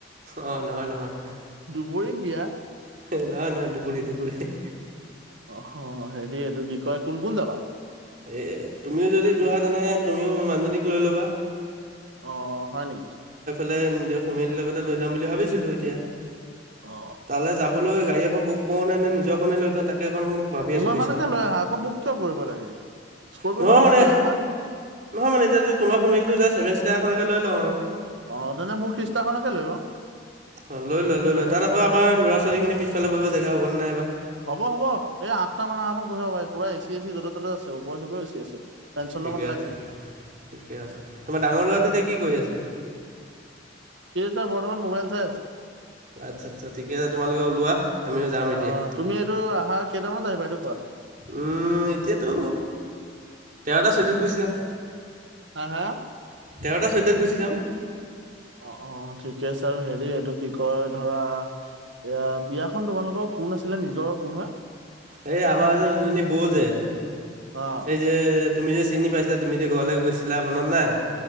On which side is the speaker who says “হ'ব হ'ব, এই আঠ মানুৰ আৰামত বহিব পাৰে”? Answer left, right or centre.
Right